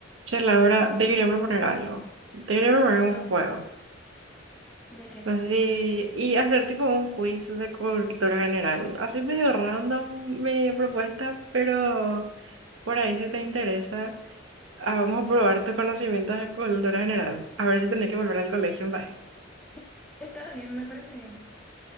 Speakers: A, on the right; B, in the centre.
A: Che, Laura, te quería proponer algo. Te quería proponer
B: ¿Qué
A: un
B: pasó?
A: juego.
B: ¿De qué?
A: Así, y hacer tipo un quiz de cultura general. Así medio random mi propuesta, pero por ahí si te interesa, ah, vamos a probar tus conocimientos de cultura general. A ver si tenés que volver al colegio en baje.
B: <laughs> Está bien, me parece bien.